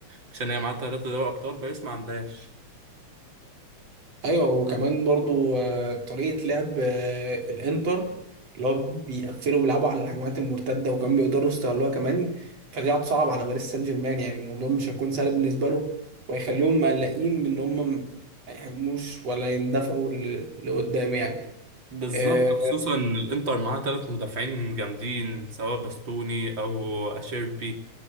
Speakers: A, on the right; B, on the right.
A: عشان هي معاها ثلاثة دوري أبطال باريس ما عندهاش
B: ايوه وكمان برضو آه، طريقه لعب آه، الانتر اللي هو بيقفلوا بيلعبوا على الهجمات المرتده وكمان بيقدروا يستغلوها كمان فدي هتصعب على باريس سان جيرمان يعني الموضوع مش هيكون سهل بالنسبه لهم وهيخليهم مقلقين من ان هم ما يهاجموش ولا يندفعوا ل- لقدام يعني
A: بالظبط
B: آه،
A: خصوصا إن الإنتر معاها ثلاث مدافعين جامدين سواء باستوني أو أشيربي